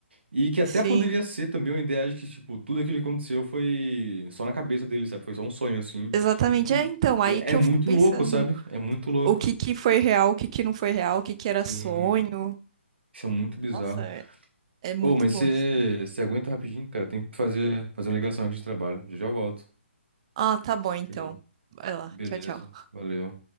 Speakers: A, on the right (about 60°); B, on the right (about 30°).
A: E que até
B: sim.
A: poderia ser também uma ideia de que, tipo, tudo aquilo que aconteceu foi só na cabeça dele, sabe? Foi só um sonho, assim.
B: Exatamente.
A: Não sei.
B: É, então,
A: É,
B: aí que
A: é muito
B: eu fico pensando.
A: louco, sabe? É muito louco.
B: O que que foi real, o que que não foi real, o que que era
A: Sim.
B: sonho.
A: Isso é muito bizarro.
B: Nossa, é, é muito
A: Ô, mas
B: bom
A: você
B: isso.
A: você aguenta rapidinho, cara. Tem que fazer, fazer uma ligação aqui de trabalho. Já já eu volto.
B: Ah, tá bom,
A: Rapidão.
B: então. Vai lá.
A: Beleza.
B: Tchau, tchau.
A: Valeu.